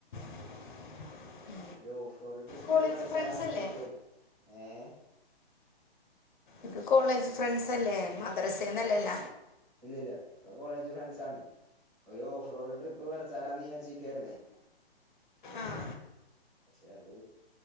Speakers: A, on the left; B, in the centre.
A: <inaudible>
B: ഒരു off road trip
A: college
B: പടച്ചാലാന്നിരിക്കായിരുന്നു
A: friends അല്ലേ
B: ഏഹ്
A: ഇത് കോളേജ് ഫ്രണ്ട്സ് അല്ലേ മദ്രസന്നല്ലേല്ല
B: ഇല്ലല്ല ഇപ്പൊ കോളേജ് ഫ്രണ്ട്സാണ് ഒരു ഓഫ് റോഡ് ട്രിപ്പ് പെടച്ചാലാന്ന് വിചാരിച്ചിരിക്കായിരുന്നേ
A: ആ
B: ക്ഷെ അത്